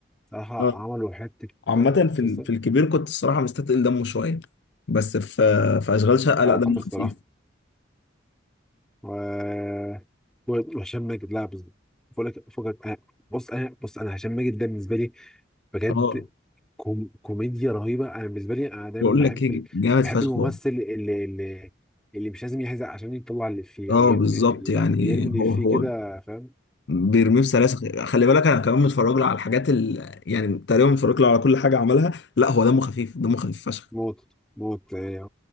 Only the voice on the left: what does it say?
اه
عامة
في ال- في الكبير كنت الصراحة مستثقل دمه شوية بس في في أشغال شقة لا
دمه
خفيف
اه
بقول
لك ايه
جامد
فشخ
هو
اه
بالظبط
يعني
هو هو
بيرميه في سلاسل خلي بالك انا كمان متفرج له على الحاجات ال... يعني تقريبا متفرج له على كل حاجه عملها لا هو دمه خفيف دمه خفيف فشخ